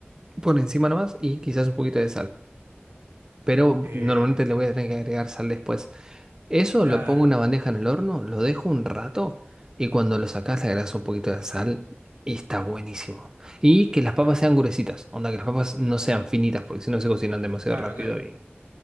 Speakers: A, on the right; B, on the right.
A: por encima nomás y quizás un poquito de sal. Pero
B: Eh,
A: normalmente le voy a tener que agregar sal después. Eso
B: claro.
A: lo pongo en una bandeja en el horno, lo dejo un rato y cuando lo sacas le agregas un poquito de sal y está buenísimo. Y que las papas
B: Bueno,
A: sean gruesitas, onda que las papas no sean finitas porque si no se cocinan demasiado
B: claro,
A: rápido
B: claro.
A: y...